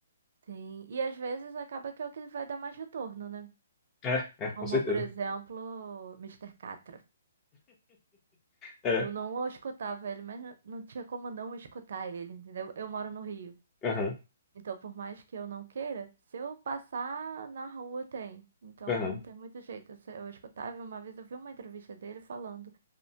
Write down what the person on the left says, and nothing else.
É, é, com
certeza.
É,
aham,
aham.